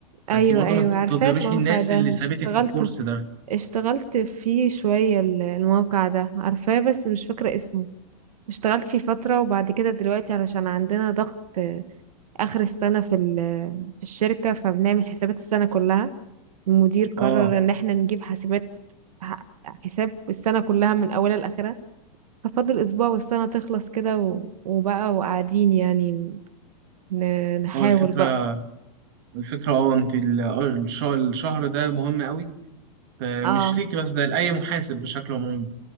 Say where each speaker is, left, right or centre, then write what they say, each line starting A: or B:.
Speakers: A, on the right; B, on the right.
A: فانت
B: ايوه
A: برضو
B: ايوه
A: ما تنتظريش
B: عارفاه الموقع
A: الناس
B: ده
A: اللي سابتك
B: اشتغلت
A: في الكورس ده
B: اشتغلت فيه شوية ال- الموقع ده عارفاه بس مش فاكرة اسمه اشتغلت فيه فترة وبعد كده دلوقتي علشان عندنا ضغط آخر السنة في ال- في الشركة فبنعمل حسابات السنة كلها المدير قرر
A: اه
B: إن احنا نجيب حسابات ح- حساب السنة كلها من أولها لآخرها ففاضل أسبوع والسنة تخلص كده و- وبقى وقاعدين يعني ن- نحاول
A: هو الفكره
B: بقى
A: الفكرة اه انت ال- اه الش- الشهر ده مهم قوي فمش
B: اه
A: ليك بس ده لأي محاسب بشكل عمومي